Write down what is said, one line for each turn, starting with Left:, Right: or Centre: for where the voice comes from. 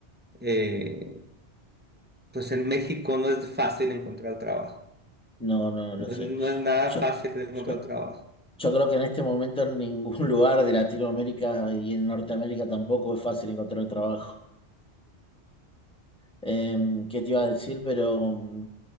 Right: eh, pues en México no es fácil encontrar trabajo,
Centre: No, no, lo
Right: no
Centre: sé.
Right: es, no es nada
Centre: Yo,
Right: fácil encontrar
Centre: yo,
Right: trabajo.
Centre: yo creo que en este momento en ningún <laughs> lugar de Latinoamérica y en Norteamérica tampoco es fácil encontrar trabajo. Em, ¿qué te iba a decir? Pero, mm,